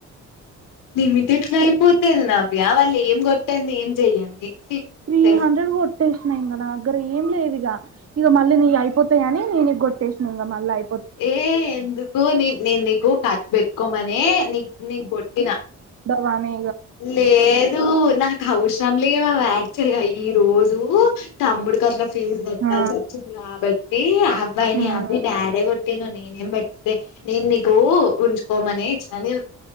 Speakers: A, on the left; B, on the right.
A: లిమిట్ ఎట్ల అయిపోతది నవ్యా వాళ్ళు ఏం కొట్టంది ఏం చెయ్యంది ఛీ
B: త్రీ
A: అసలు
B: హండ్రెడ్ కోట్ కొట్టేసిన ఇంగ నా దగ్గర ఏం లెవ్ ఇగ ఇగ మళ్ళీ నీ అయిపోతాయని నేనే కొట్టేసినా ఇంగ మళ్ళీ అయిపో
A: ఏ ఎందుకు నీ నే నీకు ఖర్చు పెట్టుకోమనే నీ నీకు కొట్టినా
B: భవానే
A: లేదు నాకు అవసరం లేవవి యాక్చువల్గా ఈ రోజు తమ్ముడికి అట్లా ఫీజ్ కట్టాల్సి
B: ఆ
A: వచ్చింది కాబట్టి అబ్బాయిని
B: హ్మ్
A: అబ్ డాడే కొట్టిను నేనేం బెట్లే నేను నీకు ఉంచుకోమని అ నేను